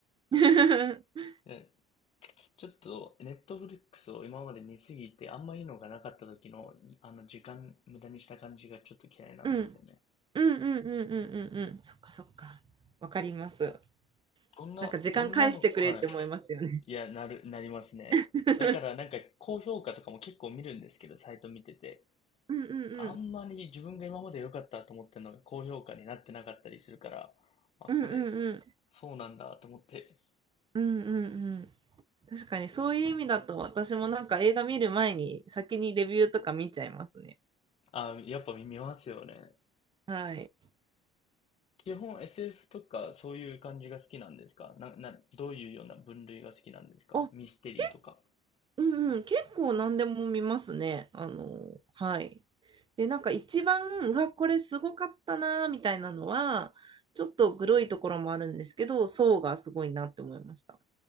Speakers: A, on the right (about 30°); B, on the left (about 35°).
A: <laughs> うん
B: やちょっと、ネットフリックスを今まで見すぎて、あんまいいのがなかった時の、あの、時間無駄にした感じがちょっと嫌いなんですよね。
A: うんうんうんうんうんうんうん。そっかそっか。わかります。
B: どんな、
A: なんか時間返してくれって思いますよね。
B: どんなの、はい。いや、なる、なりますね。
A: <laughs>
B: だから、なんか、高評価とかも結構見るんですけど、サイト見てて。
A: うんうん
B: あんまり自分が今まで良かったと思ってるのが高評価になってなかったりするから、あ、
A: うんうんうんうん
B: これ、そうなんだと思って、
A: うんうんうん確かにそういう意味だと私もなんか映画見る前に先にレビューとか見ちゃいますね。
B: あ、やっぱ見ますよね。
A: はい。
B: 基本 SF とかそういう感じが好きなんですかな、な、どういうような分類が好きなんですかミステリーとか。
A: あ、け、うんうん、結構何でも見ますね。あの、はい。で、なんか一番、うわ、これすごかったな、みたいなのは、ちょっとグロいところもあるんですけど、ソーがすごいなって思いました。